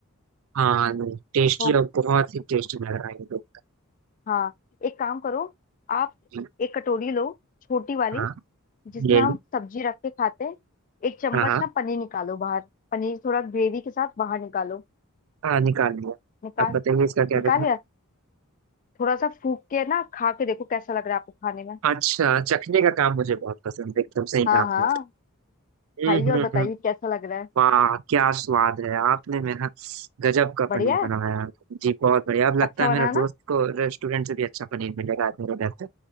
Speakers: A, on the right (about 70°); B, on the left (about 35°).
A: हाँ टेस्टी
B: हो
A: और बहुत ही टेस्टी लग रहा है ये देख कर।
B: हाँ एक काम करो आप
A: जी
B: एक कटोरी लो छोटी वाली
A: हाँ
B: जिसमें
A: ले
B: हम
A: ली
B: सब्जी रख के खाते हैं एक चम्मच
A: हाँ हाँ
B: ना पनीर निकालो बाहर पनीर थोड़ा ग्रेवी के साथ बाहर निकालो
A: हाँ निकाल लिया
B: निकाल
A: अब बताइए इसका क्या
B: निकाल
A: करना है?
B: लिया थोड़ा सा फूक के ना खा के देखो कैसा लग रहा है आपको खाने में
A: अच्छा चखने का काम मुझे बहुत पसंद है एकदम सही
B: हाँ
A: काम
B: हाँ
A: किया हम्म
B: खाइए
A: हम्म
B: और बताइए
A: हम्म
B: कैसा लग रहा है
A: वाह क्या स्वाद है आपने मेरा गजब का
B: बढ़िया
A: पनीर
B: है
A: बनाया जी बहुत बढ़िया अब लगता
B: अच्छा
A: है मेरा
B: बनाना
A: दोस्त को रेस्टोरेंट से भी अच्छा पनीर मिलेगा आज मेरे घर पे